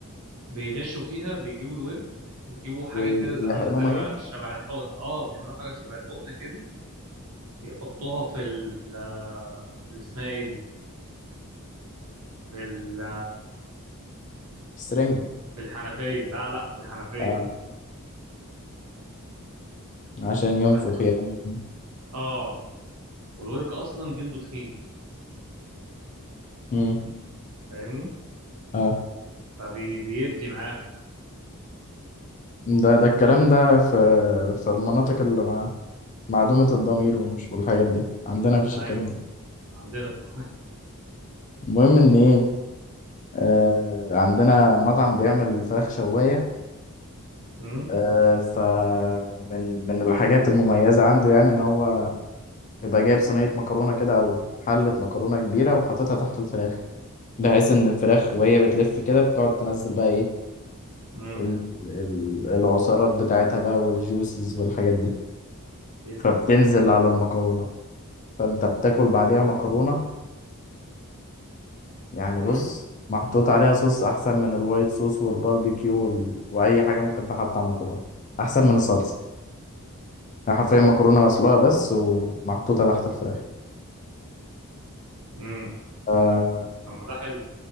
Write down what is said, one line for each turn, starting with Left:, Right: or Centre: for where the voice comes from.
Right: بيغشوا فيها بيجيبوا الورك ويجيبوا حاجه
Left: ويحقنوا
Right: كده زي عامله زي
Left: ميه
Right: شبه الحقنه اه بيعملوا حاجه شبه الحقنه كده يحطوها في ال اللي اسمها ايه دي؟ في ال-
Left: بسرنجة
Right: في الحنفيه لا لا في الحنفيه
Left: اه عشان ينفخ
Right: فالح...
Left: يعني
Right: اه والورك اصلا جلده تخين
Left: مم.
Right: فاهمني؟
Left: اه
Right: فبيدي معاهم
Left: ده ده الكلام ده في في المناطق اللي مع معدومة الضمير ومش والحاجات دي عندنا مفيش
Right: ايوه
Left: الكلام ده
Right: عندنا في القاهره
Left: المهم ان ايه آه عندنا مطعم بيعمل فراخ شواية
Right: امم
Left: آه فمن من الحاجات المميزة عنده يعني ان هو يبقى جايب صينية مكرونة كده او حلة مكرونة كبيرة وحاططها تحت الفراخ بحيث ان الفراخ وهي بتلف كده بتقعد تنزل بقى ايه
Right: امم
Left: ال- ال- العصارات بتاعتها بقى والجوسز والحاجات دي
Right: يدي
Left: فبتنزل على المكرونة فانت بتاكل بعديها مكرونة يعني
Right: امم
Left: بص محطوط عليها صوص احسن من الوايت صوص والباربيكيو وال... واي حاجة ممكن تحط على المكرونة احسن من الصلصة يعني حرفيا مكرونة مسلوقة بس ومحطوطة تحت الفراخ
Right: امم
Left: آه
Right: طب ما ده حلو